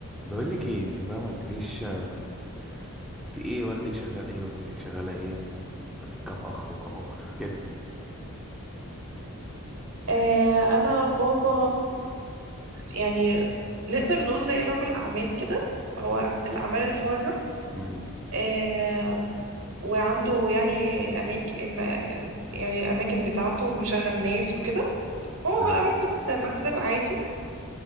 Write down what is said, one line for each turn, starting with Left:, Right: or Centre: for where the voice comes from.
Centre: بقول لك ايه انت بقى ما قلتليش آه، انت ايه والدك شغال ايه والدتك شغاله ايه عندك كام اخ وكام اخت كده
Right: آه، انا بابا يعني نقدر نقول زي رجل اعمال كده هو في الاعمال الحرة
Centre: امم
Right: آه، وعنده يعني اماكن يعني الاماكن بتاعته مشغل ناس وكده ماما
Centre: ده
Right: بقى ربة منزل عادي